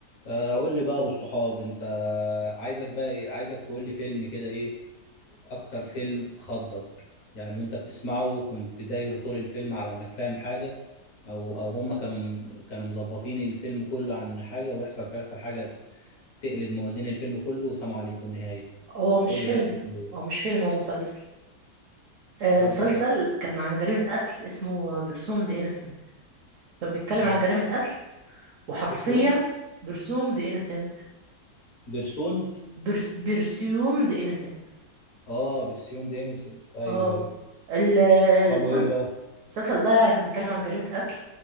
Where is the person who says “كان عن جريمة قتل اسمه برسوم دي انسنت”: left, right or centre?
Right